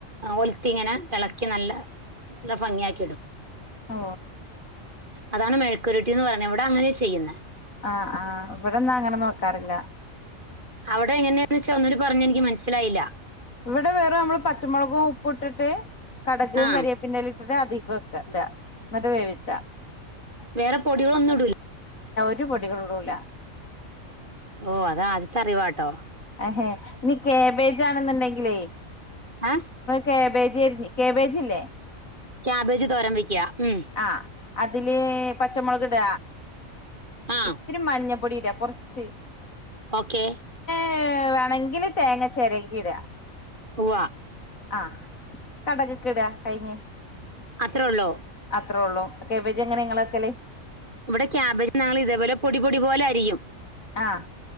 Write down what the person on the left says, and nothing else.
ഓ
ആഹ് ആഹ് ഇവിടന്നാ അങ്ങനെ നോക്കാറില്ല
ഇവിടെ വേറ നമ്മള് പച്ചമുളകും ഉപ്പ ഇട്ടിട്ട് കടകും
കറി വേപ്പിന്ടെലേ അധികം ഒക്കെ <unintelligible> ഇാ എന്നിട്ട വേവിച
ഒരുപൊടികളടൂല
ഹ് ഇനി കേബേജാണെന്നുണ്ടെങ്കിലേ
കേബേജ് കേിജി കേബേജ്ല്ലേ
ആഹ് അതില് പച്ചമുളക് ഇട
ഇത്തിരി മഞ്ഞ ടിഡാ കുറച്ച്
ന്നെ വേണമെങ്കിൽ തേങ്ങ ചിരകി ഇടാ
ആ കടകക്കെ ഇടാ കഴിഞ്ഞ്
അത്രേ ഉള്ളൂ ഒെ എങ്ങനെ നിങ്ങളൊക്കെല്ലേ
ആഹ